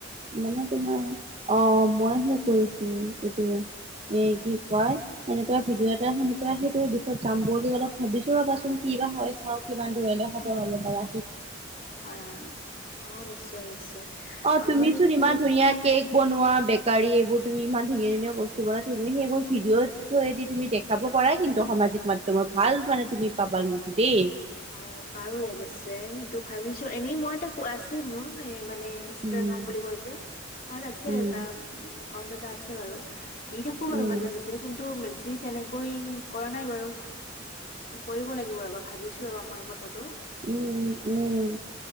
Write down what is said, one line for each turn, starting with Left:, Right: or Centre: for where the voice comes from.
Right: মানে তোমাৰ অ মই হে কৰিছো। এইটো এ কি কয় সেনেকুৱা ভিডিঅ' এটা সেনেকুৱা সেইটো দিশত যাম বুলি অলপ- ভাবিছো ৰবাচোন কি বা হয় চাও কিমান দূৰলৈ সফল
Left: উম
Right: হব পাৰা।
Left: হয় হয় অ নিশ্চয় নিশ্চয়
Right: অ
Left: আৰু
Right: তুমিচোন
Left: মান এইটো-
Right: ইমান ধুনীয়া কেক বনোৱা বেকাৰী এইবোৰ তুমি ইমান- ধুনীয়া ধুনীয়া
Left: অ
Right: বস্তু বনাই তুমি সেইবোৰ ভিডিঅ'
Left: উম
Right: থোৱেদি তুমি দেখাব পাৰা কিন্তু সাজিক মাধ্যম- ধ্যমত ভাল মানে তুমি পাবা কিন্তু দেই।
Left: অ, পাৰো অৱশ্যে তু ভাবিছো এনেই মইটা আছেই মোৰ এ মানে ইনছ- ইষ্টাগ্ৰাম
Right: উম
Left: বুলি কয় যে তাত আছে
Right: উম
Left: এটা একাউণ্ট এটা আছে বাৰু। দি থাকো বাৰু
Right: উম
Left: মাজে মাজে- কিন্তু বেছি তেনেকৈ কৰা নাই বাৰু কৰিব লাগিব ৰব ভাবিছো। ৰবা মই এই কথাটো।
Right: উম উম।